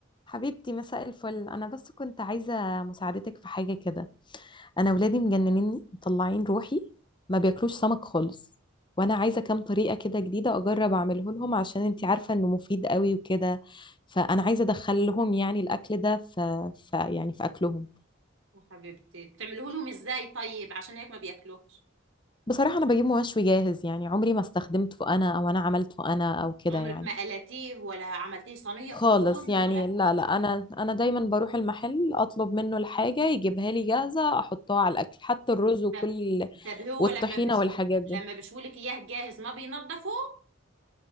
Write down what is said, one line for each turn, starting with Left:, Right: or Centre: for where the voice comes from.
Left: حبيبتي مساء الفل انا بس كنت عايزه مساعدتك في حاجه كده انا ولادي مجننني مطلعين روحي ما بياكلوش سمك خالص وانا عايزه كام طريقه كده جديده اجرب اعمله لهم عشان انتي عارفه انه مفيد قوي وكده فانا عايزه ادخل لهم يعني الاكل ده في, في يعني في اكلهم
Right: يا حبيبتي بتعملوه لهم ازاي طيب عشان هيك ما بياكلوش
Left: بصراحه انا بجيب مشوي جاهز يعني عمري ما استخدمته انا او انا عملته انا او كده
Right: عمرك
Left: يعني
Right: ما قلتيه ولا عملتيه صينية
Left: خالص
Right: في الفرن
Left: يعني
Right: ولا
Left: لا لا انا انا دايما بروح المحل اطلب منه الحاجه يجيبها لي جاهزه احطها على الاكل حتى الرز وكل
Right: طب طب هو
Left: والطحينه
Right: لما بيشوي
Left: والحاجات دي
Right: لما بيشويلك اياه جاهز ما بينضفوه